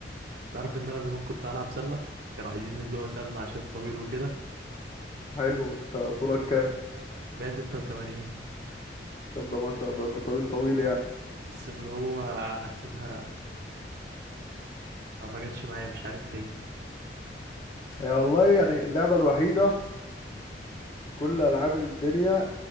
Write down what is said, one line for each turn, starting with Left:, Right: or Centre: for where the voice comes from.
Right: تعرف إن أنا زمان كنت ألعب سلة كانوا عايزين اللي هو سلة عشان طويل وكده
Left: حلو انت طولك كام
Right: 186
Left: طب ده ما شاء الله انت طويل طويل يعني
Right: بس اللي هو حسيتها ما ما جاتش معايا مش عارف ليه
Left: هي والله يعني اللعبة الوحيدة في كل ألعاب الدنيا